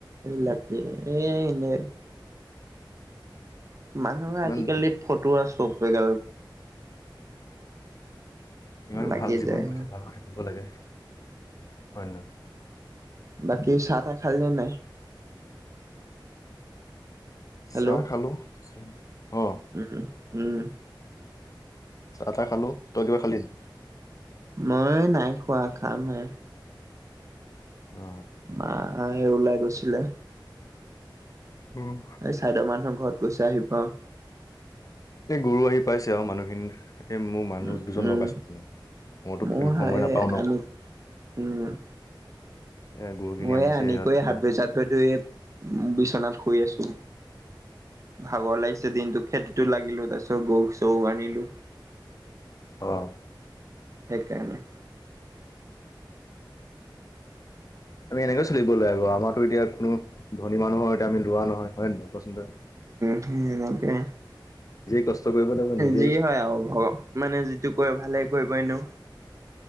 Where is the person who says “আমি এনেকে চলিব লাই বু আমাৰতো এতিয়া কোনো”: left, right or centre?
Left